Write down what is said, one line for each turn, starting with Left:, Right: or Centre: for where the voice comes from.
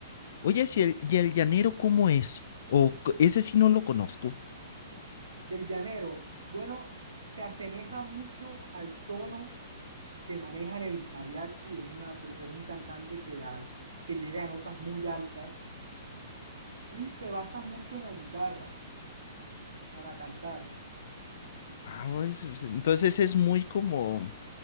Left: Oye, si el, ¿y el llanero cómo es? O c- ese sí no lo conozco.
Right: Del llanero, bueno, se asemeja mucho al tono que manejan el mariachi, es una, per- es un cantante que, al, que llega a notas muy altas y se basa mucho en la guitarra para cantar.
Left: Guau, es- entonces es muy como